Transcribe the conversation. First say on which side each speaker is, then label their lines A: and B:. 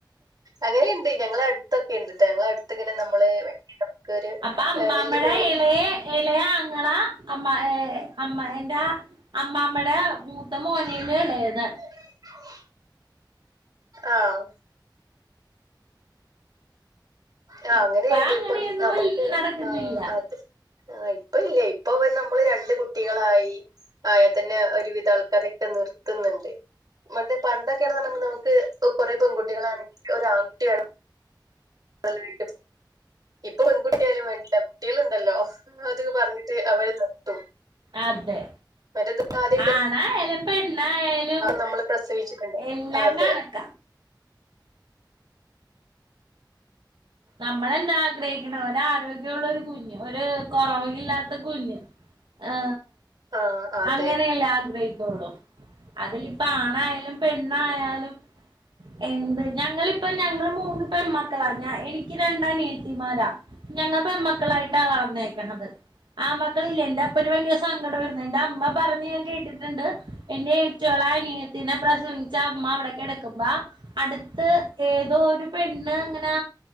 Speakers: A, on the right; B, on the right.
A: അങ്ങനെയുണ്ട് ഞങ്ങള അടുത്തൊക്കെ ഉണ്ട്ട്ടാ ഞങ്ങള അടുത്ത് ഇങ്ങനെ നമ്മള് നമുക്കൊരു
B: അപ്പ അമ്മമ്മടെ
A: ഏഹ് വലിയൊരു
B: ഇളയെ ഇളയ ആങ്ങള അമ്മ ഏ അമ്മ എന്റെ അമ്മാമെടേ മൂത്ത
A: ആഹ്
B: മോനേലും എളേതാ
A: ആഹ് ആ
B: ഇപ്പ
A: അങ്ങനെണ്ട്
B: അങ്ങനെയൊന്നും
A: ഇപ്പൊ നമുക്ക്
B: ഇല്ല നടക്കുന്നില്ല
A: ആ അതെ ആ ഇപ്പ ഇല്ല ഇപ്പ അവ നമ്മള് രണ്ട് കുട്ടികളായി ആയാ തന്നെ ഒരുവിധ ആൾക്കാരൊക്കെ നിർത്തുന്നുണ്ട് മറ്റേ പണ്ടൊക്കെയണെന്ന് പർഞ്ഞ നമുക്ക് ഇ കൊറെ പെൺകുട്ടികളണെങ്കിൽ ഒരാൺ കുട്ടി വേണം നല്ലവെയ്റ്റ് ഇപ്പൊ പെൺകുട്ടിയലും വേണ്ടില്ല കുട്ടികളുണ്ടല്ലോ അത് പറഞ്ഞിട്ട് അവര് നിർത്തും
B: അതെ
A: മറ്റേത് ആദ്യൊക്കെ
B: ആണായാലും പെണ്ണായാ ലും
A: നമ്മള് പ്രസവിച്ചിട്ടുണ്ട്
B: എല്ലാം
A: അതെ
B: കണ് നമ്മളെന്താ ആഗ്രഹിക്കണ ഒരാ രോഗ്യമുള്ള ഒരു കുഞ്ഞ് ഒരു കുറവ ഇില്ലാത്ത കുഞ്ഞ് ആ
A: ആഹ് അതെ
B: അങ്ങനെയല്ലേ ആഗ്രഹിക്കോളൂ അതിലിപ്പ ആണായാലും പെണ്ണായാലും എന്ത് ഞങ്ങളിപ്പ ഞങ്ങള് മൂന്ന് പെൺമക്കളാ ഞൻ എനി എക്ക് രണ്ടാ നിയതി മാരാ ഞങ്ങ പെമ്മക്കളായിട്ടാ വളന്നേക്കത് ആ മക്കള ഇല്ല എന്റെ അപ്പു ഭയങ്കര സങ്കടം വരുന്നു എന്റെ അമ്മ പറഞ്ഞ് ഞാൻ കേട്ടിട്ടുണ്ട് എന്റെ ചൊളന്നിയതി പ്രസവി- എന്റെ അമ്മ അവിടെ ക്കെടക്കുമ്പ അടുത്ത് ഏതോ ഒരു പെണ്ണ് ങ്ങനെ